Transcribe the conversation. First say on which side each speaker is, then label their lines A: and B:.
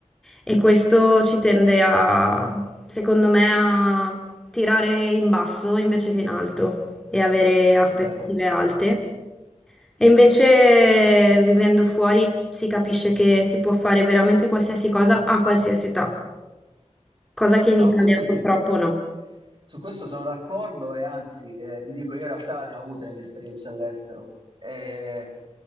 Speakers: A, in the centre; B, on the right (about 45°).
A: e questo ci tende a, secondo me, a tirare in basso invece che in alto e avere aspettative
B: vero.
A: alte. E invece vivendo fuori si capisce che si può fare veramente qualsiasi cosa a qualsiasi età, cosa che in
B: No,
A: Italia
B: questo sì,
A: purtroppo no.
B: su questo sono d'accordo e anzi eh, ti dico, io in realtà ne ho avute le mie esperienze all'estero, Eh,